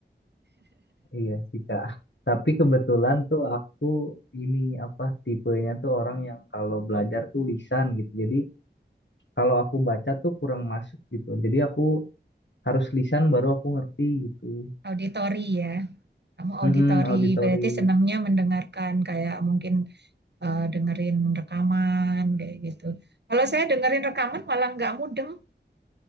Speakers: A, on the left; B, on the right.
A: iya sih Kak. Tapi kebetulan tuh aku ini apa tipenya tuh orang yang kalau belajar tuh lisan gitu. Jadi kalau aku baca tuh kurang masuk gitu. Jadi aku harus lisan baru aku ngerti gitu.
B: Auditori ya. Kamu auditori
A: Mm-mm, auditori.
B: berarti senangnya mendengarkan kayak mungkin eh, dengerin rekaman kayak gitu. Kalau saya dengerin rekaman malah nggak mudeng.